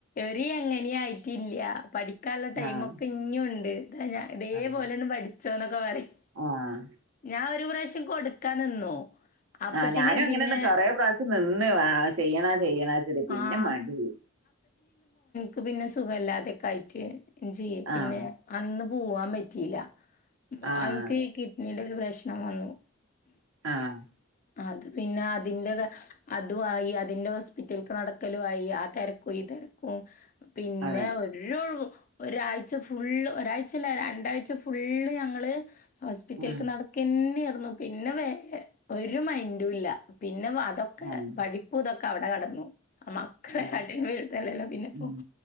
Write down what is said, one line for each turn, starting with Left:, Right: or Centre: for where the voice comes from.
Left: ഒര് എങ്ങെനിം ആയിറ്റ് ഇല്ല പഠി ക്കാള്ളെ ടൈമൊക്കെ
Right: ആഹ്
Left: ഇഞ്ഞും ഇണ്ട് താ ഇതേപോലെ
Right: ആഹ്
Left: ആണ്ട് പഠിച്ചോന്നൊക്കെ പറിം
Right: ആഹ്
Left: ഞാൻ ഒരു പ്രാവശ്യം കൊട്ക്കാൻ നിന്നു അപ്പത്തിന്
Right: ആഹ് ഞാനും അങ്ങനെന്നെ
Left: പിന്നെ
Right: കൊറെ പ്രാവശ്യം നിന്ന് വാ ചെയ്യനോ ചെയ്യണോച്ച്ട്ട് പിന്നെ
Left: ആഹ്
Right: മണ്ടി ആയി
Left: ഇപ്പ പിന്നെ സുഖ അല്ലെ ആദ്യയൊക്കെ ആയിട്ട് ഇഞ്ഞും ചെയ്യാ പിന്നെ
Right: ആഹ്
Left: അന്ന് പൂവാൻ പറ്റീലാ
Right: ആഹ്
Left: അവെന്ക്ക്
Right: അതെ
Left: കിഡ്നിയുടെ ഒരു പ്രശ്നം വന്നു
Right: ആഹ്
Left: അത് പിന്നെ അതിന്റെ തെ അതും ആയി അതിന്റെ ഹോസ്പിറ്റെൽക്ക് നട്ക്കെലും ആയി ആ തെരക്കും ഈ തെ തെരക്കും പിന്നെ
Right: അതെ
Left: ഒര് ഒഴ്‌വും ഒരാഴ്ച്ച ഫുള്ള് ഒരാഴ്ച്ച അല്ല രണ്ടാഴ്ച്ച ഫുള്ള് ഞങ്ങെൾ ഹോസ്പിറ്റെൽക്ക്
Right: ഉം
Left: നടക്കന്നെർന്നു പിന്നെ വേ ഒര് മൈന്റും ഇല്ല പി പിന്നെ വാ അതൊക്കെ
Right: ആഹ്
Left: പഠിപ്പും ഇതൊക്കെ അവ്ടെ കടന്നു ആഹ് മക്കളെ
Right: അതെ
Left: കാട്ടിം വെൽത് അല്ലല്ലോ പിന്നെപ്പോ
Right: ഉം